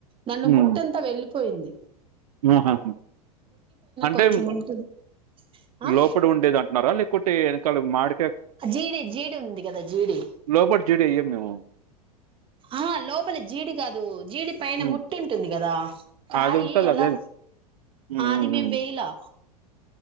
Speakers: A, on the right; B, on the right.
A: దాని
B: హ్మ్.
A: ముట్టెంత వెళ్ళలిపోయింది
B: <unintelligible> అంటే
A: కొంచెం ఉంటుంది ఆ
B: లోపలి ఉండేది అంటున్నారా లేకుే వెనకాల మాడి
A: జీడి జీడి ఉంది కదా జీడి
B: లోపటి జీదీర్ వెయ్యద్దు ఏమో
A: ఆ లోపల జీడి కాదు జీడి పైన
B: హ్మ్.
A: ముట్టి ఉంటుంది కదా కాయ
B: అది ఉంటది
A: ఎలా
B: అదేను. హ్మ్.
A: అది
B: హ్మ్. హ్మ్.
A: మేము వెయ్యలా